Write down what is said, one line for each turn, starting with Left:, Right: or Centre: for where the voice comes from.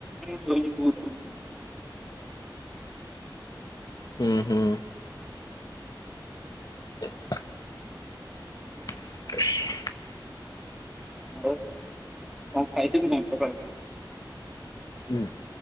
Centre: ମୁ ସୋଇଚି ବହୁତ୍ ସମୟ।
Left: ହୁଁ ହୁଁ। <inaudible> <inaudible>
Centre: ହ କ ଖାଇଚୁ ତୁ କଣ ସକାଳୁ?
Left: ହୁଁ